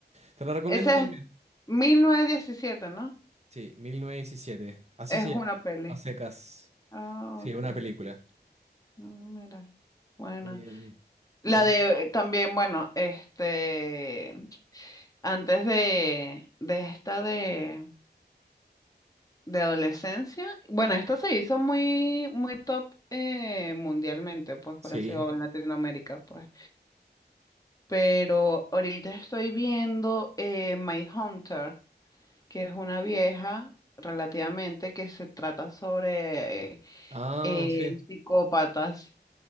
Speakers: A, on the right; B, on the left.
A: Te la recomiendo
B: Ese
A: también.
B: es mil novecientos diecisiete ¿no?
A: Sí, mil novecientos diecisiete. Así
B: Es
A: se
B: una
A: llama.
B: peli.
A: A secas.
B: Ah,
A: Sí,
B: ok.
A: una película.
B: No, mira. Bueno.
A: Eh,
B: La
A: y
B: de también, bueno, este, antes de, de esta de, de adolescencia, bueno, esta se hizo muy, muy top eh, mundialmente, pues por
A: sí.
B: así o en Latinoamérica, pues. Pero ahorita estoy viendo eh, My Hunter, que es una vieja relativamente que se trata sobre eh,
A: Ah,
B: eh,
A: sí.
B: psicópatas.